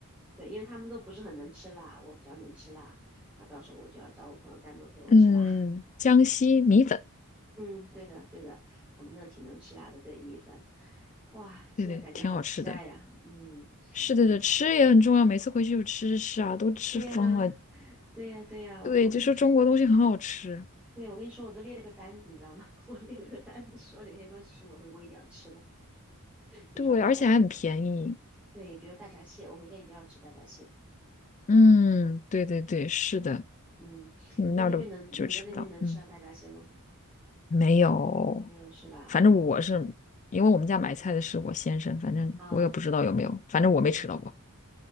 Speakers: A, in the centre; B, on the left (about 35°).
A: <laughs> 对，因为他们都不是很能吃辣，我比较能吃辣啊，到时候我就要找我朋友单独陪我吃辣。
B: 嗯，江西米粉。
A: <laughs> 嗯，对的，对的，我们那挺能吃辣的，对，米粉。哇，现在感觉好期待呀。
B: 对对，挺好吃的。
A: 嗯，
B: 是的，
A: 对，
B: 对，吃也很重要。每次回去就吃吃吃啊，都吃疯了。
A: 对呀，对呀，对呀，
B: 对，
A: 我跟你，
B: 就说中国东西很好吃，
A: 对，我跟你说，我都列了个单子，你知道吗？<laughs> 我列了个单子，说哪些东西是我回国一定要吃的。比如说大闸，
B: 对，而且还很便宜。
A: 对，比如大闸蟹，我回家一定要吃大闸蟹。
B: 嗯，对对对，是的，
A: 嗯，
B: 嗯，
A: 你在那边能你在那边能吃到大闸蟹吗？
B: 那儿都就吃不到。嗯，没有，
A: 没有是吧？
B: 反正我是因为我们家买菜的是我先生，反正我也不知道有没有，
A: 啊，
B: 反正我没吃到过。
A: 嗯